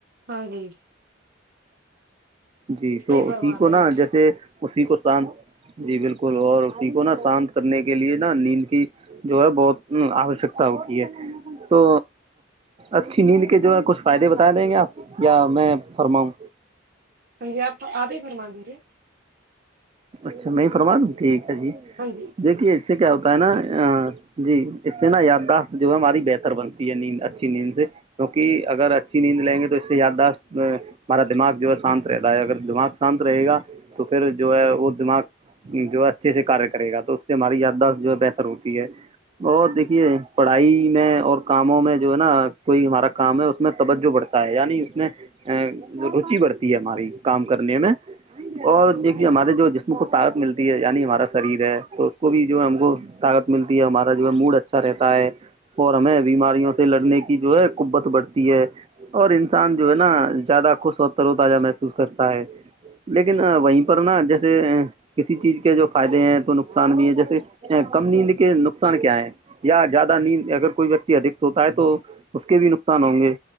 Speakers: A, on the right; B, on the right.
A: ہاں جی
B: جی تو
A: صحیح
B: اسی
A: فرما رہے
B: کو نا
A: ہو آپ
B: جیسے اسی کو شانت جی بالکل اور اسی کو نا شانت کرنے کے لیے نا نیند جو ہے بہت آوشکتا ہوتی ہے تو اچھی نیند کے جو ہے کچھ فائدے بتا دیں گے آپ یا میں فرماؤں
A: ہ جی آپ آپ ہی فرما دیجیے
B: اچھا میں فرما دوں ٹھیک ہے جی
A: ہاں جی
B: دیکھیے اس سے کیا ہوتا ہے نا جی اس سے نا یادداشت جو ہے ہماری بہتر بنتی ہے نیند اچھی نیند سے کیونکہ اگر اچھی نیند لیں گے تو اس سے یاد دا ہمارا دماغ جو ہے شانت رہتا ہے اگر دماغ شانت رہے گا تو پھر جو ہے وہ دماغ جو اچھے سے کاریہ کرے گا تو اس سے ہماری یاداشت جو ہے بہتر ہوتی ہے بت دیکھیے پڑھائی میں اور کاموں میں جو ہے نا کوئی ہمارا کام ہے اس میں توجہ بڑھتا یعنی اس میں روچی بڑھتی ہے ہماری کام کرنے میں اور دیکھیے
A: ہاں
B: ہمارے جو جسم کو طاقت ملتی ہے یعنی ہمارا شریر ہے تو اس کو بھی جو ہم کو طاقت ملتی ہے ہمارا جو موڈ اچھا رہتا ہے اور ہمیں بیماریوں سے لڑنے کی جو ہے قبت بڑھتی ہے اور انسان جو ہے نا زیادہ خوش ہو ترو تازہ محسوس کرتا ہے لیکن وہیں پر نا جیسے کسی چیز کے جو فائدے ہیں تو نقصان بھی ہے جیسے کم نیند کے نقصان کیا ہے یا زیادہ نیند اگر کوئی ویکتی ادک س ہوتا ہے تو اس کے بھی نقصان ہوں گے